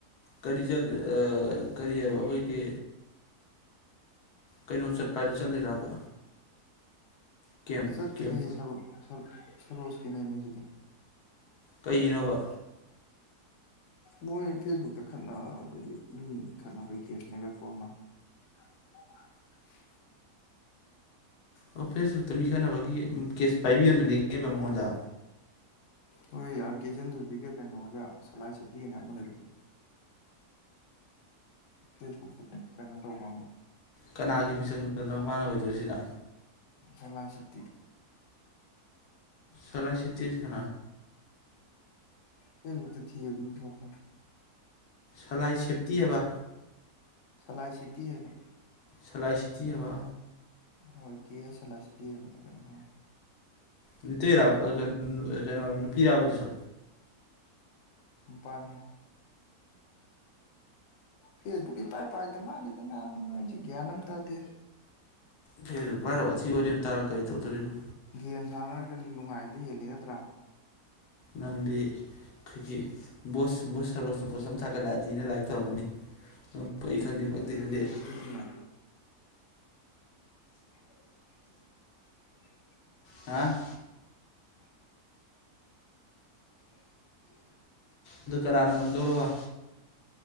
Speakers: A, on the left; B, on the left.
A: ꯀꯔꯤ ꯆꯠ ꯀꯔꯤ ꯍꯥꯏꯕ ꯑꯩꯈꯣꯏꯒꯤ ꯀꯩꯅꯣ
B: ꯍ
A: ꯆꯠꯄ ꯍꯥꯏꯗꯨ ꯆꯠꯂꯤꯔꯕ ꯀꯦꯝ
B: ꯁꯠ
A: ꯀꯦꯝ
B: ꯇ ꯅꯍ ꯁꯔꯨ ꯁꯔ ꯁꯔꯣꯁꯀꯤ ꯅ ꯃꯁꯤꯗꯤ
A: ꯀꯩꯒꯤꯅꯣꯕ
B: ꯃꯣꯏ ꯐꯦꯁꯕꯨꯛꯇ ꯈꯠꯅꯕꯒꯤ ꯃꯤ ꯈꯠꯅꯕꯩ ꯀꯦꯁꯅꯦꯒꯛꯄꯣꯔꯃꯜ <unintelligible>
A: ꯑꯣ ꯐꯦꯁꯕꯨꯛꯇ ꯃꯤ ꯈꯠꯅꯕꯒꯤ ꯀꯦꯁ ꯄꯥꯏꯕꯤꯌꯨꯅꯉꯦꯕ ꯃꯉꯣꯟꯗ
B: ꯍꯣꯏ ꯑꯥꯔꯒꯦꯖꯟ ꯊꯣꯏꯕꯤꯒ ꯀꯩꯅꯣꯒ ꯁꯂꯥꯏ ꯁꯇꯤꯅ ꯑꯃ ꯂꯩꯕꯗꯣ ꯐꯦꯁꯕꯨꯛꯇ ꯑꯗꯨ ꯀꯩꯅꯣ ꯇꯧꯕ ꯑꯃ
A: ꯀꯅꯥꯒꯤ ꯃꯤꯆꯪꯗꯨꯗꯅꯣ ꯃꯥꯅ ꯑꯣꯏꯗꯣꯔꯤꯁꯤꯅ
B: ꯁꯂꯥꯏ ꯁꯇꯤ
A: ꯁꯂꯥꯏ ꯁꯇꯤꯁ
B: ꯐꯦꯁꯕꯨꯛ ꯇ ꯊ ꯑꯗꯨ ꯊꯣꯛꯀꯅꯤ
A: ꯁꯂꯥꯏ ꯁꯦꯞꯇꯤ ꯍꯥꯏꯕ
B: ꯁꯂꯥꯏ ꯁꯤꯇꯤ ꯍꯕ
A: ꯁꯂꯥꯏ ꯁꯤꯇꯤꯑꯕ
B: ꯍꯣꯏ ꯀꯦ ꯁꯂꯥꯏꯁꯤꯗꯤꯤ ꯍꯥꯏꯒꯗꯕꯅꯝ
A: ꯔ ꯀꯩꯅꯣ ꯅꯨꯄꯤꯔꯥꯕꯗꯨꯁꯨ
B: ꯄꯥꯅꯤꯅꯤ ꯐꯦꯁꯕꯨꯀꯦ ꯄꯥꯏ ꯄꯥꯏꯗ ꯃꯥꯗ ꯅꯝ ꯇꯥꯗꯤ
A: ꯐꯦꯁꯕꯨꯛ ꯄꯥꯏꯔꯒ ꯋꯥꯊꯤ ꯋꯥꯔꯦꯝ ꯇꯥꯔ ꯀꯔꯤ ꯇꯧꯗꯣꯔꯤꯕ
B: ꯒꯦꯝ ꯁꯥꯟꯅꯔꯒ ꯅꯨꯡꯉꯥꯏꯕ ꯍꯦꯜꯂꯤ ꯅꯠꯇ꯭ꯔꯥ
A: ꯅꯪꯗꯤ ꯑꯩꯣꯁ ꯁꯔꯁꯅ ꯄꯣ ꯊꯒꯠꯂꯛꯑꯗꯤꯅ ꯂꯥꯏꯔꯤꯛ ꯇꯧꯔꯔꯕꯅꯤ ꯑ ꯄꯛ ꯑꯩ ꯈꯪꯗꯦ ꯄꯛꯗꯦ
B: ꯒꯦꯝ
A: ꯈꯪꯗꯦ
B: ꯁꯥꯟꯅꯕꯁꯤ ꯅꯨꯡꯉꯥꯏ <unintelligible> <inaudible>
A: ꯍꯥ <inaudible>
B: ꯑ <inaudible> <unintelligible> <inaudible>
A: ꯑꯗꯨ ꯀꯔꯥꯅ ꯉꯝꯗꯧꯕ